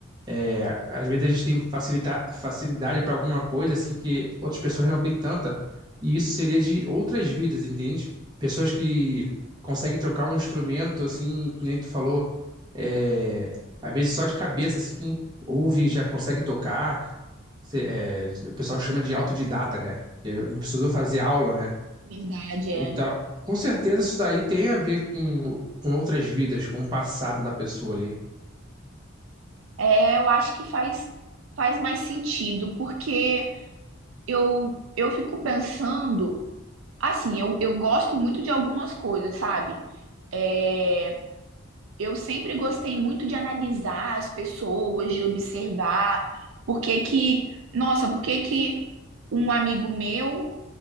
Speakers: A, on the right; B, on the right.
A: É, às vezes a gente tem facilita- facilidade para alguma coisa assim que outras pessoas não têm tanta, e isso seria de outras vidas, entende? Pessoas que conseguem trocar um instrumento assim, que nem tu falou, é, às vezes só de cabeça assim, ouve, e já consegue tocar. Cê- é, o pessoal chama de autodidata, né? Que não precisou fazer aula, né?
B: Verdade, é.
A: Então, com certeza isso daí tem a ver com, com outras vidas, com o passado da pessoa ali.
B: É, eu acho que faz, faz mais sentido, porque eu, eu fico pensando, assim, eu, eu gosto muito de algumas coisas, sabe? É, eu sempre gostei muito de analisar as pessoas, de observar por que que, nossa, por que que um amigo meu